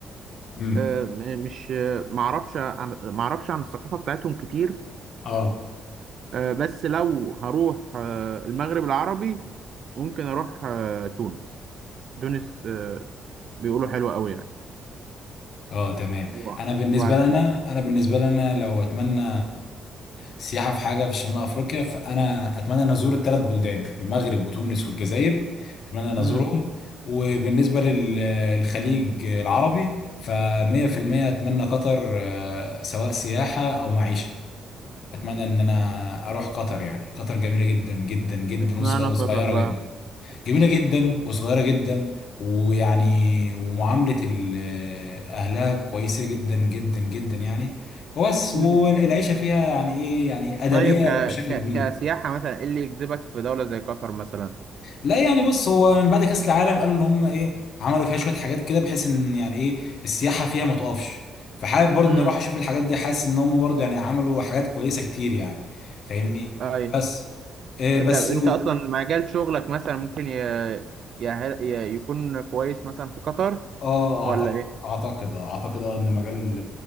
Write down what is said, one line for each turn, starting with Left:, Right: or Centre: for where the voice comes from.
Left: امم
Right: آه، م- مش آه، معرفش عن... معرفش عن الثقافة بتاعتهم كتير
Left: اه
Right: آه، بس لو هروح آه، المغرب العربي ممكن اروح آه، تونس تونس آه، بيقولوا حلوة قوي يعني
Left: اه تمام
Right: و-
Left: انا بالنسبه
Right: وبعدين
Left: لنا انا بالنسبه لنا لو اتمنى سياحه في حاجه في شمال افريقيا فانا اتمنى ان ازور الثلاث بلدان المغرب وتونس والجزائر اتمنى ان ازورهم
Right: امم
Left: وبالنسبه للخليج العربي ف 100% اتمنى قطر آه، سواء سياحه او معيشه اتمنى ان انا اروح قطر يعني قطر جميله جدا جدا جدا
Right: اشمعنى
Left: وصغ- وصغيره
Right: قطر بقى
Left: جدا جميلة جدا وصغيرة جدا ويعني ومعاملة ال- أهلها كويسة جدا جدا جدا يعني وبس
Right: امم
Left: والعيشة فيها يعني إيه يعني آدمية
Right: طيب ك...
Left: بشكل
Right: ك...
Left: كبير
Right: كسياحة مثلا ايه اللي يجذبك في دولة زي قطر مثلا
Left: لا يعني بص هو من بعد كأس العالم قالوا إن هم إيه عملوا فيها شوية حاجات كده بحيث إن يعني إيه السياحة فيها ما تقفش فحابب برضه
Right: امم
Left: إن أروح أشوف الحاجات دي حاسس إن هم برضه يعني عملوا حاجات كويسة كتير يعني فاهمني
Right: اي
Left: بس إيه
Right: انت
Left: بس
Right: انت اصلا مجال شغلك مثلا ممكن ي... يهل... ي... يكون كويس مثلا في قطر
Left: اه
Right: ولا
Left: اعتقد
Right: ايه
Left: اعتقد آه، اعتقد آه ان مجال